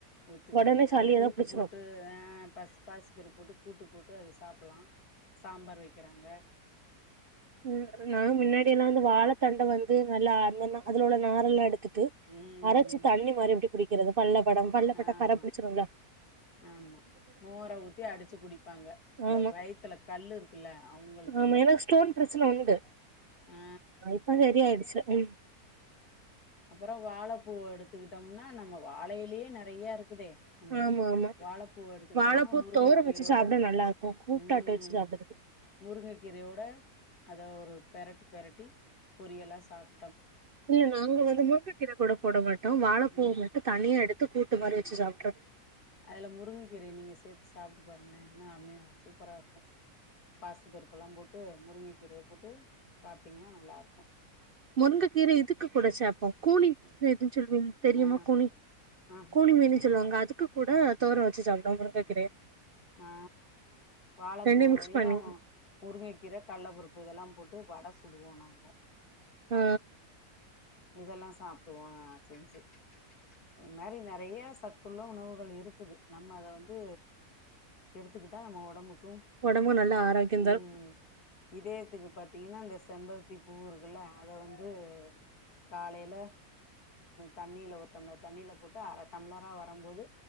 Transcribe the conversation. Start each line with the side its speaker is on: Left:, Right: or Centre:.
Left: ஒத்துக்காது
Right: ஒடனே சளி
Left: அது கூட்டு
Right: ஏதோ புடிச்சிரு
Left: போட்டு அ பஸ் பாசிப்பருப்போட்டு கூட்டு போட்டு அது சாப் ப்லா சாம்பார் வெக்கிறாங்க
Right: ம் நா மின்னாடி எல்லா இந்து வாழைத்தண்ட வந்து நல்லா அந்தன்னா அதுல உள்ள நாரல்லா எடுத்துட்டு
Left: ம்
Right: அரச்சு தண்ணி மாரி எப்டி குடிக்கிறது பல்லக்கட பல்ல பட்டா
Left: ஆமா
Right: கர பிடிச்சிருல்ல
Left: ஆமா மோர ஊத்தி அடுச்சு குடிப்பாங்க இந்த
Right: ஆமா
Left: வயித்துல கல்லு இருக்குல்ல அவுங்களுக்
Right: ஆமா எனக் ஸ்டோன் ப்ரச்சன உண்டு
Left: ஆ
Right: இப்ப சரி ஆயிடுச்சு ம்
Left: அப்பற வாழைப்பூவ எடுத்துக்கிட்டம்னா நம்ம வாழைலியே நறைய இருக்குதே அம்பளுக்கு
Right: ஆமா ஆமா
Left: வாழைப்பூவ எடுத்துக்கிட்டம்னா
Right: வாழைப்பூ
Left: முருங்ககீரோட
Right: தோரம் வச்சு சாப்ட நல்லா இருக்கு கூட்டாட்ட
Left: ம்
Right: வச்சு சாப்டுறது
Left: முருகக்கீரயோட அத ஒரு பெரட்டு பெரட்டி பொரியலா சாப்
Right: இல்ல நாங்க வந்து முங்க கீர கூட போட மாட்டோ வாழப்பூவ
Left: ம்
Right: மட்டு தனியா எடுத் து கூட்டு மாரி வச்சு சாப்ட்றது
Left: அதுல முருங்கக்கீரய நீங்க சேத்து சாப்ட்டு பாருங்ளே இன்னு அம்மயா சூப்பரா இருக்கு பாசிபருப்புலா போட்டு முருங்கக்கீரய போட்டு சாப்ட்டீங்கனா நல்லாருக்கு
Right: முருங்க கீர இதுக்கு கூட சேப்போ கூலி எதுன் சொல்வீங் தெரியுமா
Left: ஆ
Right: கூனி
Left: ஆஹா
Right: கூலி
Left: எனக்கு
Right: மீனி
Left: தெரியு
Right: சொல்லுவாங்க அதுக்கு கூட தோர வச்சு சாப்ட்டோ முருங்கக்கீரய
Left: ஆ வாழைப்பூவயு
Right: ரெண்டையு மிக்ஸ் பண்ணி
Left: முருங்கக்கீர கல்லப்பருப்பு இதல்லா போட்டு டு வட சுடுவோ நாங்க
Right: அ
Left: இதல்லா சாப்டுவோ நா செஞ்சு இத் மேரி நறைய சத்துள்ள உணவுகள் இருக்குது நம்ம அத வந்து எடுத்துக்குட்டா நம்ம ஒடம்புக்கு
Right: ஒடம்புக்கு நல்ல ஆரோக்கியம்
Left: ம்
Right: தரு
Left: இதேத்துக்கு பத் தீங்கனா அந்த செம்பர்த்தி பூ இருக்குல அத வந்து காலைல தண்ணில ஒரு டம்ளர் தண்ணில போட்டு அர டம்ளரா வரம்போது